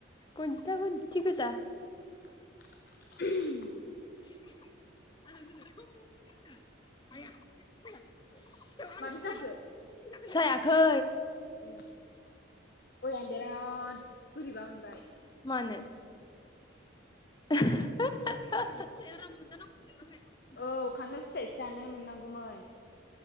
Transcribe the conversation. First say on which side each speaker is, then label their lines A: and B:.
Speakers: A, on the left (about 20°); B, on the left (about 50°).
A: गनजिथा गनजिथि गोजा।
B: <unintelligible>
A: <unintelligible>
B: माथो जाखो
A: जायाखै।
B: ए। ओय आं बेराद बोरैबा मोनबाय।
A: मानो? <inaudible>
B: औ खान्थाल फिथायसो जानो मोननांगौमोन।